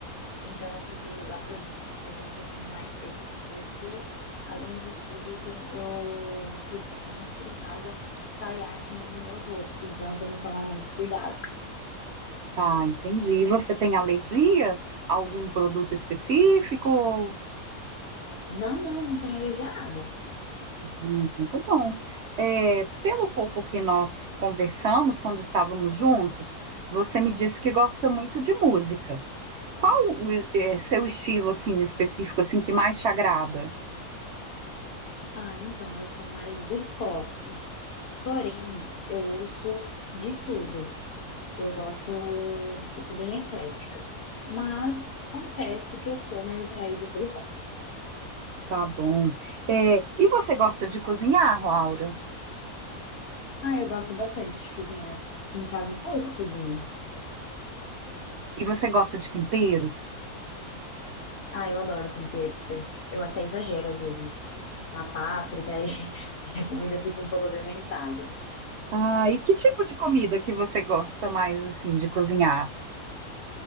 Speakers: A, on the left; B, on the right.
A: então eu preciso usar produtos que sejam um pouquinho mais secos, porque, além de tudo, eu tenho, eu, se eu fico muito estressada, sai acne no meu rosto, então eu tenho que tomar muito cuidado.
B: Tá, entendi. E você tem alergia a algum produto específico?
A: Não, não, não tenho a ver de nada.
B: Hum, Então, tá bom. É, pelo pouco que nós conversamos quando estávamos juntos, você me disse que gosta muito de música. Qual o es- é, seu estilo assim específico assim que mais te agrada?
A: Ah, então, eu sou mais do pop. Porém, eu ouço de tudo. Eu gosto, eu sou bem eclética. Mas confesso que eu sou mais atraída pelo pop.
B: Tá bom. É, e você gosta de cozinhar, Laura?
A: Ah, eu gosto bastante de cozinhar. Em casa só eu que cozinho.
B: E você gosta de temperos?
A: Ah, eu adoro temperos. Eu até exagero às vezes. Na páprica, aí, <laughs> aí a comida fica um pouco apimentada.
B: Ah, e que tipo de comida que você gosta mais assim de cozinhar?